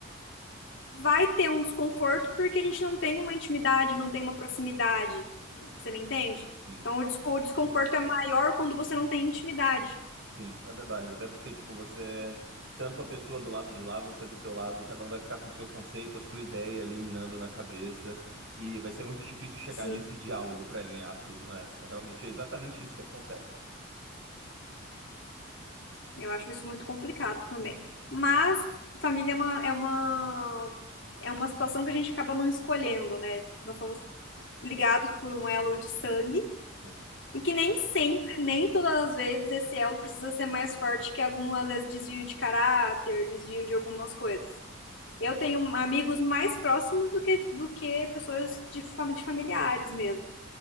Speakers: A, on the left; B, on the right.
A: vai ter um desconforto porque a gente não tem uma intimidade, não tem uma proximidade. Você me entende?
B: sim,
A: Então, o desco- o desconforto é maior quando você não tem intimidade.
B: sim, é verdade. Até porque, tipo, você, tanto a pessoa do lado de lá, você do seu lado, cada um vai ficar com o seu conceito, a sua ideia ali minando na cabeça. E vai ser muito difícil chegar
A: Sim.
B: nesse diálogo para alinhar tudo, né? É realmente exatamente isso que acontece.
A: Eu acho isso muito complicado também. Mas família é uma, é uma, é uma situação que a gente acaba não escolhendo, né? Nós somos ligados por um elo de sangue
B: Sim.
A: e que nem sempre, nem todas as vezes, esse elo precisa ser mais forte que algumas vezes desvio de caráter, desvio de algumas coisas. Eu tenho amigos mais próximos do que, do que pessoas de, fami- de familiares mesmo.